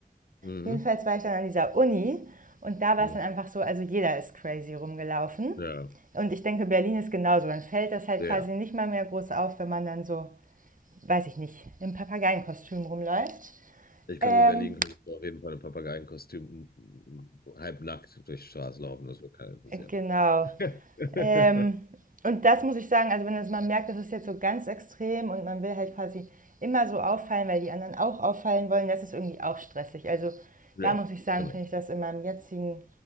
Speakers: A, on the left; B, on the right.
A: Mhm.
B: Jedenfalls war ich dann an dieser Uni und da war
A: Mhm.
B: es dann einfach so, also jeder ist crazy rumgelaufen.
A: Ja.
B: Und ich denke, Berlin ist genauso. Dann fällt das halt
A: Ja.
B: quasi nicht mal mehr groß auf, wenn man dann so, weiß ich nicht, im Papageienkostüm rumläuft.
A: Ich glaube,
B: Ähm,
A: in Berlin könntest du auf jeden Fall im Papageienkostüm mm, mm, halbnackt durch die Straße laufen. Das wird keinen interessieren.
B: genau.
A: <laughs>
B: Ähm, und das muss ich sagen, also wenn das- man merkt, das ist jetzt so ganz extrem und man will halt quasi immer so auffallen, weil die anderen auch auffallen wollen, das ist irgendwie auch stressig. Also
A: Ja,
B: da muss ich sagen,
A: genau.
B: finde ich das in meinem jetzigen